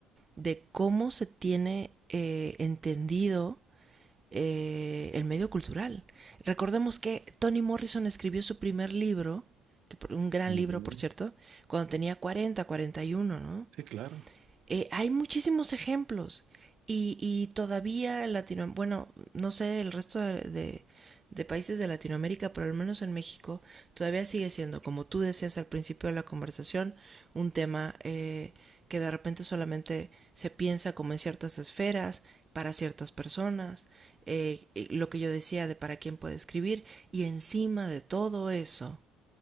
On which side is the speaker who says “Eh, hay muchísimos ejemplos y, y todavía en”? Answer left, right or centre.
Right